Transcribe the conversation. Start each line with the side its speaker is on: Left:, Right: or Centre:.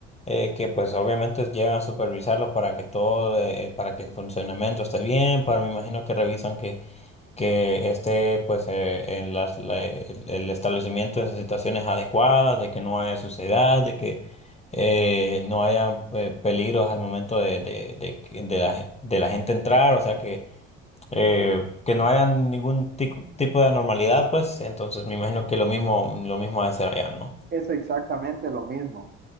Left: eh, que pues obviamente llegan a supervisarlos para que todo, eh, para que el funcionamiento esté bien, para me imagino que revisan que que esté pues eh, en las, la- el, el establecimiento en situaciones adecuadas, de que no haya suciedad, de que eh, no haya eh, peligros al momento de, de, de, que- de la, ge- de la gente entrar, o sea que, eh, que no haya ningún tico- tipo de anormalidad, pues entonces me imagino que lo mismo, lo mismo ha de ser allá, ¿no?
Right: Es exactamente lo mismo,